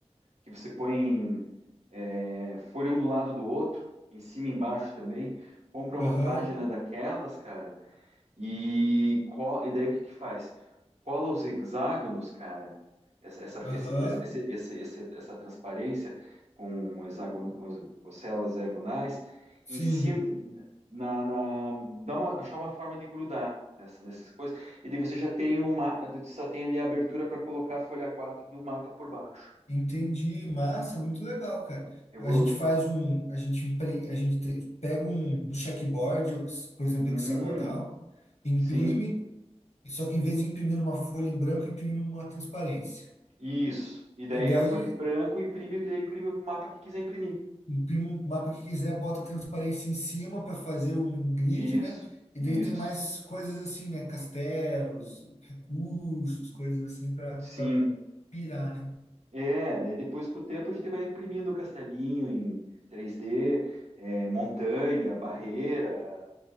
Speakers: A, on the right; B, on the left.
A: que você põe é, folha um do lado do outro, em cima e embaixo também. Compra
B: Aham,
A: uma página daquelas, cara, e, co- e daí o que que faz? Cola os hexágonos, cara, essa, essa,
B: aham,
A: esse- esse- esse- esse- esse- essa transparência com, hexagon- com, os- com células hexagonais
B: sim,
A: em cima, na, na- dá uma, achar uma forma de grudar nessa, nessas coisas, e daí você já tem uma, só tem ali a abertura para colocar a folha 4 do mapa por baixo.
B: entendi. Massa, muito legal, cara.
A: Eu
B: A
A: vou.
B: gente faz um, a gente, impre- a gente te- pega um checkboard, ox- por exemplo,
A: Uhum,
B: hexagonal, imprime,
A: sim,
B: só que em vez de imprimir numa folha em branco, imprime numa transparência.
A: isso. E daí
B: E daí,
A: a folha em branco imprime, o que- imprime o mapa que quiser imprimir.
B: imprime o mapa que quiser, bota a transparência em cima para fazer um grid,
A: Isso,
B: né? E
A: isso.
B: daí tem mais coisas assim, né? Castelos, recursos, coisas assim para
A: Sim,
B: pirar, né?
A: é, daí depois com o tempo a gente vai imprimindo o castelinho em 3D, é, montanha, barreira,